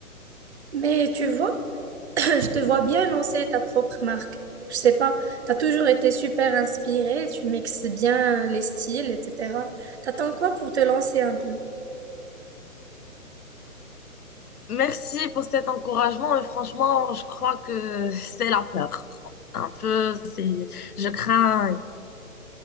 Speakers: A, on the right; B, on the left.
A: Mais tu vois, <coughs> Je te vois bien lancer ta propre marque. Je sais pas, tu as toujours été super inspirée, tu mixes bien les styles, etc. T'attends quoi pour te lancer un peu?
B: Merci pour cet encouragement. Et franchement, je crois que c'est la peur. Un peu, c'est, je crains